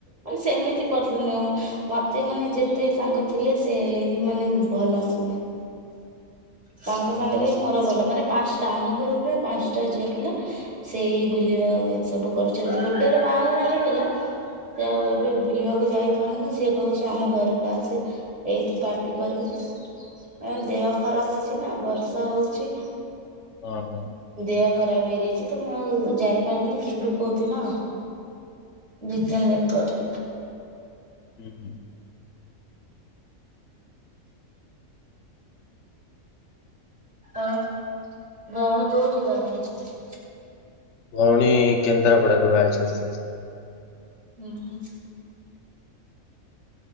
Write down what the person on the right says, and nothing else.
ମାନେ ସେମିତି <unintelligible> ମତେ ମାନେ ଯେତେ ସାଙ୍ଗ ଥିଲେ ସେ ମାନେ ଭଲ ମୁଁ ତାଙ୍କ
ସାଙ୍ଗେରେ ବି ମୋର ଭଲ ମାନେ ପାଞ୍ଚ୍ ଟା ଆମ ଗ୍ରୁପରେ ପାଞ୍ଚ୍ ଟା ଝିଅ ପିଲା ସେଇ ବୁଲିବା ଏ ସବୁ କରୁଚନ୍ତି ଗୋଟେ ର ବାହାଘର ହେଇଗଲା ସେ ଆଉ ଏବେ ବୁଲିବାକୁ ଯାଇପାରୁନି ସେ କହୁଚି ଆମ ଘରକୁ ଆସେ ଏଇଠି ପାର୍ଟି କରିବି ଏ-ଦେହ ଖରାପ୍ ଅଛି ନା ବର୍ଷା ହଉଚି।
ଦେହ ଖରାପ୍ ହେଇଯାଇଚି ତ ମୁଁ ଆଉ ଯାଇପାରିନି ଯିବି କଉଦିନ ଆଉ। ଦି ତିନ୍ ଦିନ୍ ପରେ।
ଆଉ ଭଉଣୀ କଉଠି ବା ହେଇଛନ୍ତି?
ହୁଁ ହୁଁ।